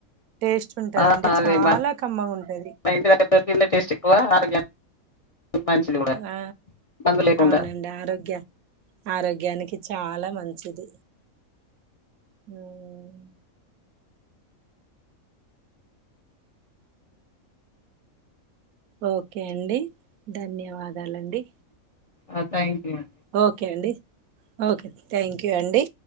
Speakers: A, on the right; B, on the left.
A: టేస్ట్ ఉంటదండి
B: ఆ అదే
A: చాలా
B: మన
A: కమ్మగా ఉంటది.
B: ఇంటి దగ్గర దొరికిందే టేస్ట్ ఎక్కువ ఆరోగ్యానికి మంచిది కూడా
A: ఆ
B: మందు లేకుండా
A: అవునండి ఆరోగ్య ఆరోగ్యానికి. చాలా మంచిది హుమ్. ఓకే అండి ధన్యవాదాలండి.
B: ఆ థాంక్యూ అండి.
A: ఓకే అండి ఓకే థ్యాంక్ యూ అండి.